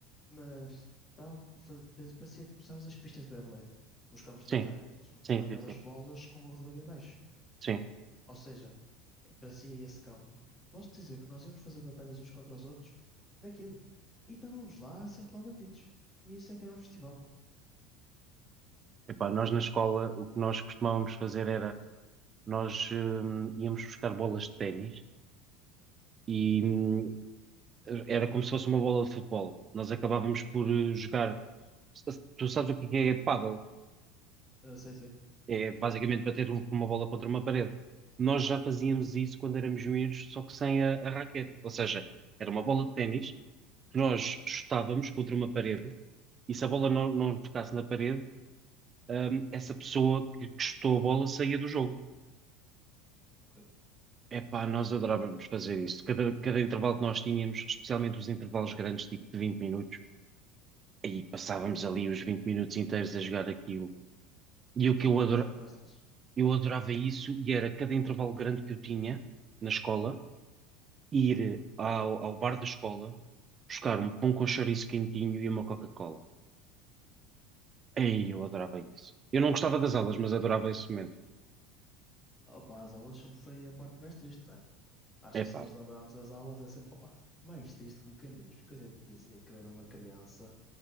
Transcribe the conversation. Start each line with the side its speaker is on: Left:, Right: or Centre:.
Left: mas dava- fa- parecia tipo, sabes as pistas de Beyblade, os campos
Right: Sim,
Left: de batalha, são,
Right: sim,
Left: são aquelas
Right: sim, sim.
Left: bolas com o relevo em baixo.
Right: Sim.
Left: Ou seja, é- parecia esse campo. Posso dizer que nós íamos fazer batalhas uns contra os outros naquilo. E estávamos lá, sempre lá batidos. E isso é que era um festival.
Right: Epá, nós na escola o que nós costumávamos fazer era nós hum, íamos buscar bolas de ténis e hum, era como se fosse uma bola de futebol. Nós acabávamos por eh, jogar. Tu sabes o que é pádel?
Left: Ah, sei, sei.
Right: É basicamente bater um- com uma bola contra uma parede. Nós já fazíamos
Left: Uhum,
Right: isso quando éramos miúdos, só que sem a, a raquete. Ou seja, era uma bola de ténis nós chutávamos contra uma parede e se a bola não, não tocasse na parede, hum, essa pessoa que, que chutou a bola saía do jogo.
Left: ok.
Right: Epá, nós adorávamos fazer isso. Cada, cada intervalo que nós tínhamos, especialmente os intervalos grandes, tipo de 20 minutos, e passávamos ali os 20 minutos inteiros a jogar aquilo. E o que
Left: São
Right: eu
Left: memórias
Right: adora-
Left: fantásticas.
Right: eu adorava isso, e era cada intervalo grande que eu tinha na escola, ir ao, ao bar da escola, buscar um pão com chouriço quentinho e uma Coca-Cola. Ei, eu adorava isso. Eu não gostava das aulas, mas adorava esse momento.
Left: Opa, as aulas sempre foi a parte mais triste, não é? Acho
Right: Epá,
Left: que se nos lembrarmos as aulas é sempre, opa, mais triste como quem diz, porque eu devo dizer que eu era uma criança,